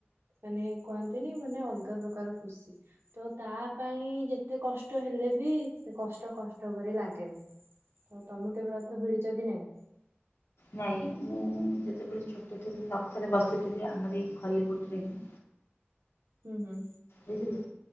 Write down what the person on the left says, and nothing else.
ନାଇଁ ମୁଁ ଯେତେବେଳେ ଛୋଟ ଥିଲି ରଥରେ ବସିଥିଲି ଆମର ଏଇ ଖଲ୍ଲିକୋଟ ରେ ହିଁ।
ବୁଝିଲେ